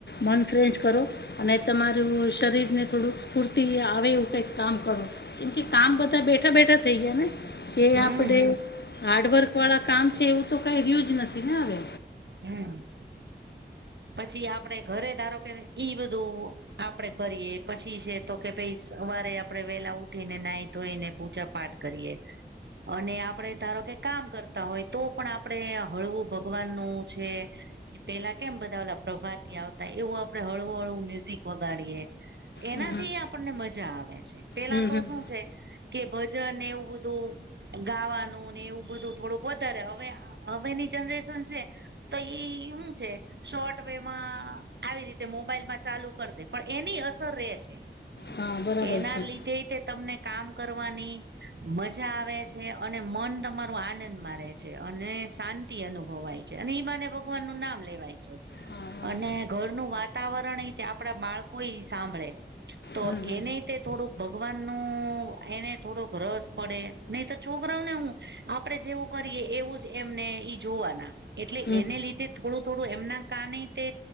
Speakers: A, on the left; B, on the right.
A: મન ફ્રેશ કરો અને તમારું શરીર ને થોડુંક સ્ફૂર્તિ આવે એવું કંઈક કામ કરો, કે કામ બધા બેઠા બેઠા થઈ ગયા ને? જે
B: હમ
A: આપડે
B: હમ
A: હાર્ડવર્ક વાળા કામ છે એવું તો કઇ રહ્યું જ નથી ને હવે,
B: હમ, પછી આપડે ઘરે ધારો કે ઈ બધું, આપડે કરીએ પછી છે તો કે ભઈ સવારે આપડે વેહલા ઉઠીને નાહી ધોઈને પૂજા પાઠ, કરીએ, અને આપણે ધારો કે કામ કરતા હોય તો પણ આપણે હળવું ભગવાનનું છે. કે પહેલા કેમ બધા પ્રભાતિયા આવતા એવું આપડે હળવું હળવું મ્યુઝિક વગાડીએ. એનાથી
A: હમ હમ
B: આપણને મજા આવે છે પહેલા
A: હમ
B: તો
A: હમ
B: શું છે, કે ભજન ને એવું બધું, ગાવાનું ને એવું બધું થોડુંક વધારે હવે હવેની જનરેશન છે. તો ઈ ઈ હું છે, શોર્ટ વે માં આવી રીતે મોબાઈલમાં ચાલુ કર દે પણ એની અસર રે છે.
A: હા બરાબર
B: એના
A: છે
B: લીધે તે, તમને કામ કરવાની મજા આવે છે અને મન તમારો આનંદ મા રે, છે, અને શાંતિ અનુભવાય છે, અને ઈ બહાને ભગવાન નું નામ લેવાય છે.
A: હા હા
B: અને ઘરનું વાતાવરણ ઇ તે આપડા બાળકોય સાંભળે, તો
A: હમ હમ
B: એને તે થોડુંક ભગવાન નું એને થોડોક રસ પડે. નહી તો છોકરાઓને હું આપડે જેવું કરીએ એવું જ એમને ઈ જોવાના, એટલે
A: હમ
B: એને લીધે થોડું તો, એમના કાને તે